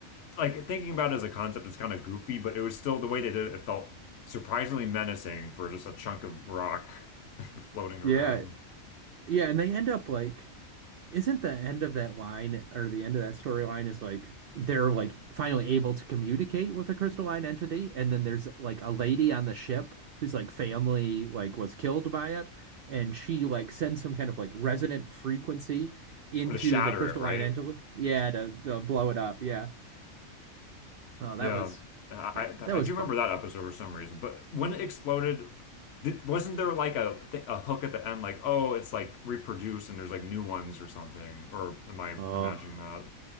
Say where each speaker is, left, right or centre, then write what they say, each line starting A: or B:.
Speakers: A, on the left (about 60°); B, on the right (about 60°).
A: like thinking about it as a concept it's kind of goofy, but it was still the way they did it, it felt surprisingly menacing for just a chunk of rock <laughs> floating around.
B: Yeah. Yeah, and they end up like Isn't the end of that line or the end of that storyline is like they're like finally able to communicate with a crystalline entity, and then there's like a lady on the ship whose like family like was killed by it, and she like sends some kind of like resonant frequency into
A: Or to shatter
B: the crystalline
A: it, right?
B: entity, yeah, to, to blow it up, yeah. Oh, that
A: Yeah.
B: was
A: I
B: that
A: I,
B: that was
A: I do
B: fun.
A: remember that episode for some reason. But when it exploded, did, wasn't there like a th a hook at the end like, "Oh, it's like reproduced and there's like new ones or something?" Or am I
B: Oh.
A: imagining that?